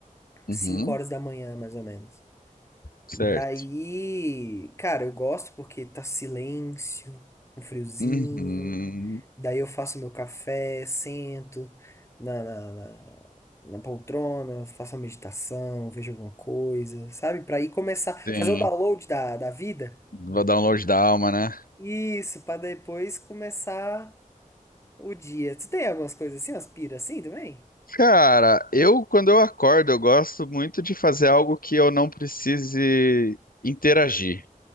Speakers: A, on the left; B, on the left.
A: Uhum.
B: 5 horas da manhã, mais ou menos.
A: Certo.
B: Daí, cara, eu gosto porque tá silêncio, um friozinho.
A: Uhum.
B: Daí eu faço meu café, sento na, na, na, na poltrona, faço uma meditação, vejo alguma coisa, sabe? Pra ir começar,
A: Sim.
B: fazer o download da, da vida.
A: Vou dar um download da alma, né?
B: Isso, pra depois começar o dia. Tu tem algumas coisas assim, umas piras assim também?
A: Cara, eu quando eu acordo, eu gosto muito de fazer algo que eu não precise interagir,